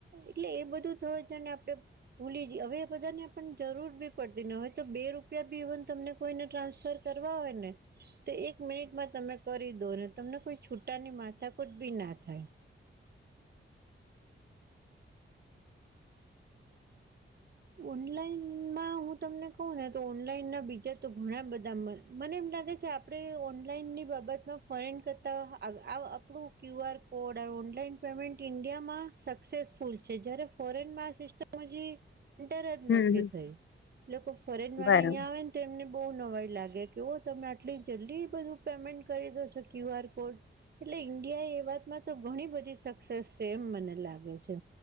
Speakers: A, on the right; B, on the left.
A: એટલે એ બધું થયું છે ને, આપડે ભૂલી જઈ હવે, એ બધાને પણ જરૂર બી પડતી ને, હવે તો બે રૂપિયા બી એવન તમને કોઈને ટ્રાન્સફર કરવા હોય ને, તો એક મિનિટ માં તમે કરી દો ને, તમને કોઈ છૂટાની માથા જ બી ના થાય. ઓનલાઈનમાં હું તમને કહું ને, તો ઓનલાઈન ના બીજા તો ઘણા બધા મને એમ લાગે છે. આપણે ઓનલાઈનની બાબતમાં ફરેડ કરતાં, આપણું ક્યુઆર ઓડ ઓનલાઈન પેમેન્ટ ઈન્ડિયામાં સક્સેસફુલ છે, જ્યારે ફોરેનમાં આ સિસ્ટમ હજી ર જ
B: હમ
A: નથી,
B: હમ
A: થઈ એ લોકો ફોરેન વાળા
B: બરોબર
A: અહીં આવે ને એને બહુ નવાઈ લાગે કે, ઓ તમે આટલી જલ્દી બધું પેમેન્ટ કરી દો છો ક્યુ આર કોડ એટલે ઈન્ડિયા એ, એ વાતમાં તો ઘણી બધી સક્સેસ છે, એમ મને લાગે છે.